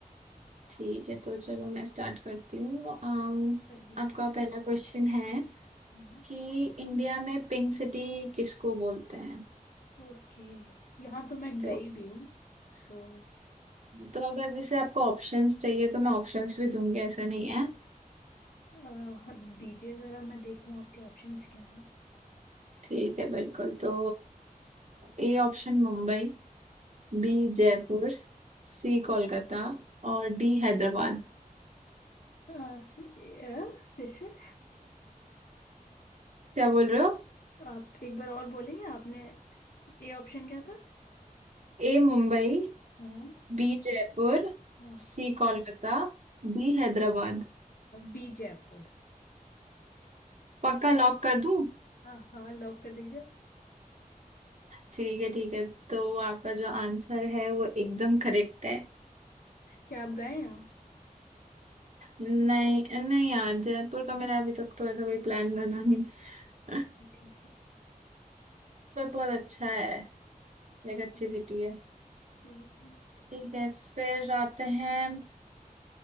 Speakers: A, on the right (about 50°); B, on the left (about 80°).
A: ठीक है तो चलो मैं स्टार्ट करती हूँ अम,
B: करिए
A: आपका
B: करिए
A: पहला क्वेश्चन है
B: हम्म,
A: कि इंडिया में पिंक सिटी किसको बोलते हैं
B: ओके यहाँ तो मैं
A: तो
B: गई भी हूँ सो
A: तो अगर जैसे आपको ऑप्शंस चाहिए तो मैं ऑप्शंस भी दूंगी ऐसा नहीं है
B: दीजिए जरा मैं देखूँ आपके ऑप्शंस क्या हैं
A: ठीक है बिल्कुल तो A option Mumbai B Jaipur C Kolkata और डी हैदराबाद
B: अ, फिर अ, फिर से
A: क्या बोल रहे हो
B: आप एक बार और बोलेंगे आपने ए ऑप्शन क्या था
A: A Mumbai
B: हाँ
A: B Jaipur
B: हाँ
A: C Kolkata D Hyderabad
B: बी जयपुर
A: पक्का लॉक कर दूं
B: हाँ हाँ लॉक कर दीजिए
A: ठीक है ठीक है तो आपका जो आंसर है वो एकदम करेक्ट है
B: क्या आप गए हैं
A: नहीं नहीं यार जयपुर का मेरा अभी तक तो ऐसा कोई प्लान बना नहीं <laughs>
B: चलो ठीक है
A: पर बहुत अच्छा है लाइक अच्छी
B: बी
A: सिटी है
B: तीन
A: ठीक है फिर आते हैं